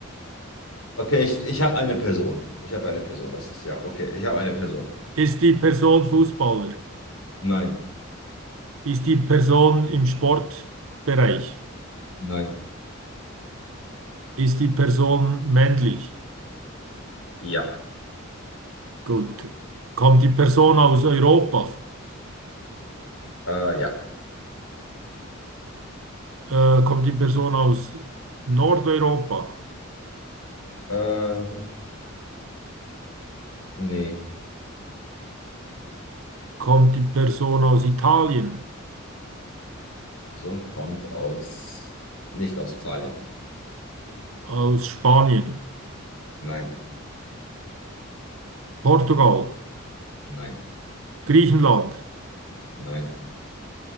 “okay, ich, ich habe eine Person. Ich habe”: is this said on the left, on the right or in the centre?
Left